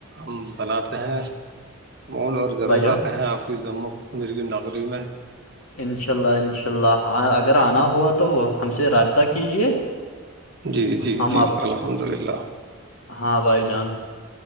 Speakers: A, on the right (about 50°); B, on the left (about 85°).
A: ہم بناتے ہیں مول اور ضرور
B: بھائی جان
A: آتے ہیں آپ کی ضم میری نگری میں
B: انشاء اللہ انشاء اللہ اگر آنا ہوا تو ہم سے رابطہ کیجیے
A: جی جی
B: ہم
A: جی
B: آپ
A: الحمد للہ
B: ہاں بھائی جان